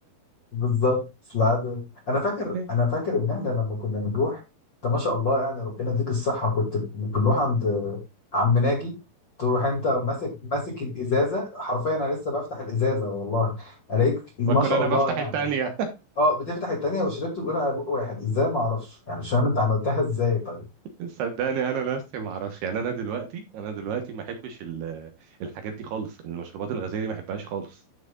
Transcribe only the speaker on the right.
<laughs>
ما كنا
أنا
بفتح
التانية
صدقني انا نفسي ما اعرفش يعني انا دلوقتي انا دلوقتي ما احبش ال- الحاجات دي خالص المشروبات الغازيه دي ما احبهاش خالص